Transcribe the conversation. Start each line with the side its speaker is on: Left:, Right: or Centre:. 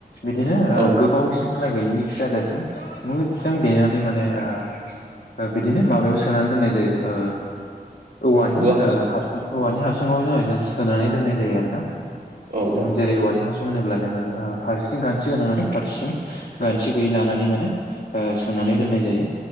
Left: बि
Right: औ
Left: जा मोनानै म बिनो म सोनानै दोननाय जायो ओ। औवानि
Right: औवा हासुं
Left: हास औवानि
Right: औ
Left: हासुङाव जोंहा बिदिनो सोनानै दोननाय जायो आरोना।
Right: औ औ
Left: जेरै औवानि हासुं होनोब्ला जोङो फारसेथिं गानस गोनां आरो फारसेथिं गानस्रि गैयै लानानै माने सोनानै दोननाय जायो